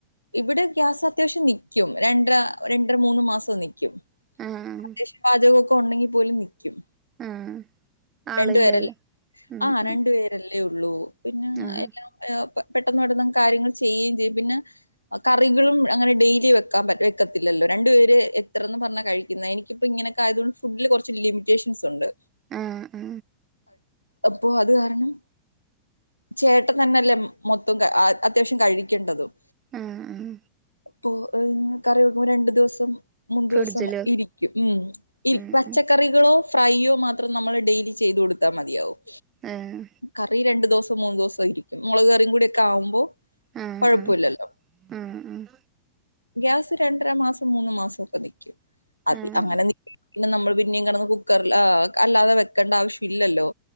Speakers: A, on the left (about 85°); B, on the right (about 30°).
A: ഇവിടെ ഗ്യാസ് അത്യാവശ്യം നിക്കും രണ്ട് രണ്ടര മൂന്ന് മാസം നിക്കും
B: ആഹ്
A: അത്യാവശ്യം പാചകമൊക്കെ ഉണ്ടെങ്കിൽ പോലും നിക്കും
B: ആഹ് ആളില്ലല്ലോ
A: രണ്ടു പേരെല്ല
B: ഉം
A: ആ
B: ഉം
A: രണ്ടു പേരെല്ലേ ഉള്ളൂ പിന്നെ
B: ആഹ്
A: എല്ലാം പെട്ടെന്ന് പെട്ടന്ന് കാര്യങ്ങള് ചെയ്യുകയും ചെയ്യും പിന്നെ കറികളും അങ്ങനെ ഡെയ്ലി വെക്കാൻ വെക്കത്തില്ലല്ലോ രണ്ടു പേര് എത്രേന്ന് പറഞ്ഞാ കഴിക്കുന്ന പ്പ ഇങ്ങനൊക്കെ ആയതു കൊണ്ട് ഫുഡില് കുറച്ച് ലിമിറ്റേഷൻസ് ഉണ്ട്
B: ആഹ് ആഹ്
A: അപ്പൊ അത് കാരണം ചേട്ടൻ തന്നെല്ലേ മൊത്തം അത്യാവശ്യം കഴിക്കേണ്ടതും
B: ആഹ് ആഹ്
A: അപ്പൊ കറി വെക്കുമ്പോ രണ്ടു ദിവസം മുന്ന്
B: ഫ്രിഡ്ജില്
A: ദിവസം ഇരിക്കും ഉം ഇ
B: ഉം
A: പച്ച
B: ഉം
A: കറികളോ ഫ്രൈയോ മാത്രം നമ്മള് ഡെയ്‌ലി ചെയ്ത് കൊടുത്താൽ മതിയാവും
B: ആഹ്
A: കറി രണ്ടൂസം മൂന്നൂസം ഇരിക്കും മുളക് കറീം കൂടി ഒക്കെ ആവുമ്പോ
B: ആഹ്
A: കുഴപ്പമില്ലല്ലോ
B: ആഹ് ആഹ് ആഹ്
A: ഗ്യാസ് രണ്ടര മാസം മൂന്ന് മാസം ഒക്കെ നിക്കും അതി
B: ആഹ്
A: അങ്ങനെ ന പിന്നെ നമ്മൾ പിന്നെയും കെടന്ന് കുക്കറിൽ അല്ലാതെ വെക്കണ്ട ആവശ്യം ഇല്ലല്ലോ